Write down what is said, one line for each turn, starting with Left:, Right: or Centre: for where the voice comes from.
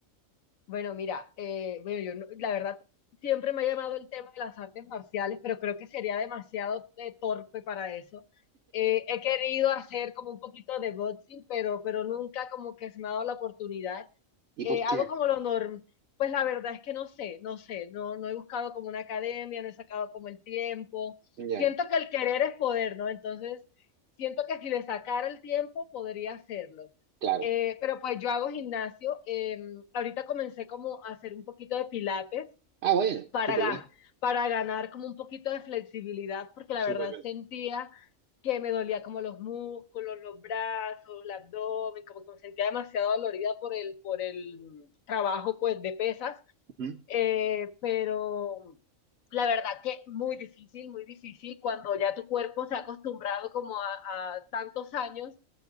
Left: Bueno, mira, eh, bueno, yo no- la verdad siempre me ha llamado el tema de las artes marciales, pero creo que sería demasiado eh, torpe para eso. Eh, he querido hacer como un poquito de boxing, pero, pero nunca como que se me ha dado la oportunidad
Right: ¿Y
Left: eh,
Right: por
Left: hago
Right: qué?
Left: como lo normal. Pues la verdad es que no sé, no sé, no, no he buscado como una academia, no he sacado como el tiempo.
Right: Ya,
Left: Siento que el querer es poder, ¿no? Entonces, siento que si le sacara el tiempo, podría hacerlo.
Right: claro.
Left: Eh, pero pues yo hago gimnasio. eh, ahorita comencé como a hacer un poquito de pilates
Right: Ah, bueno,
Left: para,
Right: súper
Left: ga-
Right: bien,
Left: para ganar como un poquito de flexibilidad, porque
Right: súper
Left: la verdad
Right: bien.
Left: sentía que me dolía como los músculos, los brazos, el abdomen, como que me sentía demasiado dolorida por el, por el trabajo pues de pesas,
Right: Ujú,
Left: Eh, pero la verdad que muy difícil, muy difícil cuando ya tu cuerpo se ha acostumbrado como a, a tantos años